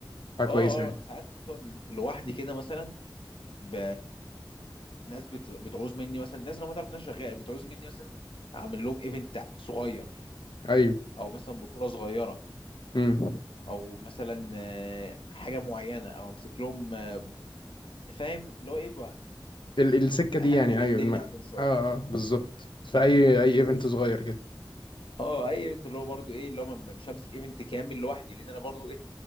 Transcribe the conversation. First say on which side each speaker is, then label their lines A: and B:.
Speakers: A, on the left; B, on the left.
A: حاجة
B: اه
A: كويسة يعني
B: اه انا ساعات اصلا لوحدي كده مثلا ب... ناس بت... بتعوز مني مثلا ناس انا ما تعرف ناس شغال بتعوز مني مثلا اعمل لهم ايفنت صغير
A: ايوه
B: او مثلا بطوله صغيره
A: امم
B: او مثلا آه، حاجه معينه او امسك لهم آه، فاهم اللي هو ايه بقى
A: ال... السكة دي
B: هندل
A: يعني ايوه
B: الدنيا
A: الم... اه
B: عندهم شويه
A: اه بالظبط في اي اي
B: بس
A: ايفنت صغير كده
B: اه اي ايفنت اللي هو برضو ايه اللي هو ما- مش همسك ايفنت كامل لوحدي لان انا برضو ايه